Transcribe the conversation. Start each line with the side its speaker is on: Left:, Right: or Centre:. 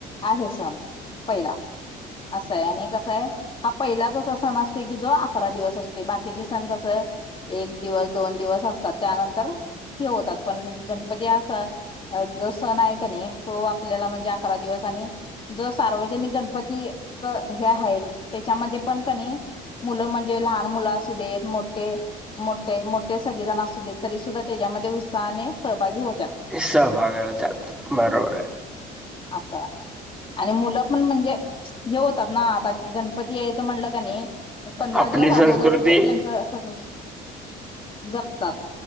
Left: आहे सण पहिला. असंय आणि कसं आहे. हा पहिलाच असा सण असतोय की जो अकरा दिवस असतो. बाकीचे सण कस एक दिवस, दोन दिवस असतात. त्यानंतर हे होतात. पण गणपती हा सण जो सण आहे कनी तो आपल्याला म्हणजे अकरा दिवस आणि ज सार्वजनिक गणपती हे आहे त्याच्यामध्ये पण कनी मुलं म्हणजे लहान मुल असुदे मोठे मोठे मोठे सगळेजण असू देत तरी सुद्धा त्याच्यामध्ये उत्साहाने सहभागी होत
Centre: सहभाग होत्यात बरोबर
Left: असा आणि मुलं पण म्हणजे हे होतात ना आता गणपती यायचं म्हणलं का नाही पंधरा
Centre: आपली
Left: दिवस
Centre: संस्कृती
Left: अदोगरज त्यांच असं दिवस जपतात